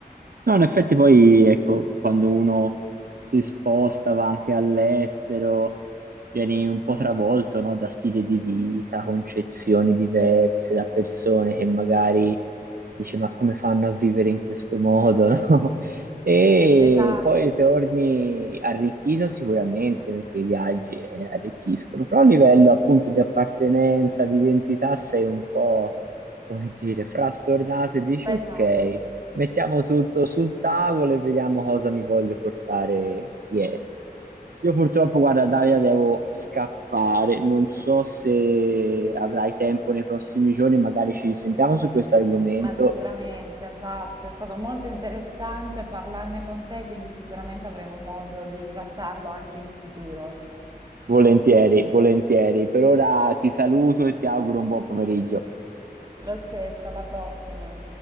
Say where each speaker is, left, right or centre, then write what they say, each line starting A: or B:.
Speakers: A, on the right; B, on the right.
A: No, in effetti poi, ecco, quando uno si sposta, va anche all'estero, vieni un po' travolto, no, da stili di vita, concezioni diverse, da persone che magari Dici, ma come fanno a vivere in questo modo, no? <laughs> E
B: Esatto,
A: poi torni arricchito sicuramente perché i viaggi eh, arricchiscono, però a livello appunto di appartenenza, di identità sei un po', come dire, frastornato e dici,
B: pesato.
A: ok, mettiamo tutto sul tavolo e vediamo cosa mi voglio portare dietro. Io purtroppo, guarda, Daria, devo scappare. Non so se avrai tempo nei prossimi giorni, magari ci risentiamo su questo argomento
B: Ma sicuramente, esatto, è stato molto interessante parlarne con te, quindi sicuramente avremo modo di trattarlo anche in futuro.
A: Volentieri, volentieri. Per ora ti saluto e ti auguro un buon pomeriggio.
B: Lo stesso, alla prossima.